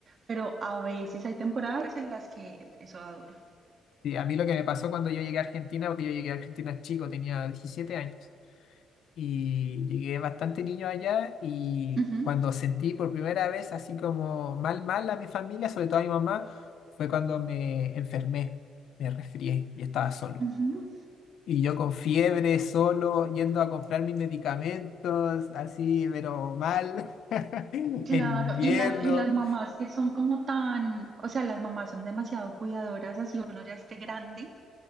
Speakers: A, on the right (about 45°); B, on the left (about 70°).
A: Pero a veces hay temporadas en las que eso da duro.
B: Sí, a mí lo que me pasó cuando yo llegué a Argentina, porque yo llegué a Argentina chico, tenía 17 años. y llegué bastante niño allá y
A: Ujú,
B: cuando sentí por primera vez así como mal, mal a mi familia, sobre todo a mi mamá, fue cuando me enfermé, me resfrié y estaba solo.
A: ujú.
B: Y yo con fiebre, solo, yendo a comprar mis medicamentos, así, pero mal, <laughs> en
A: Claro,
B: invierno.
A: y las, y las mamás que son como tan, o sea, las mamás son demasiado cuidadoras, así uno ya esté grande.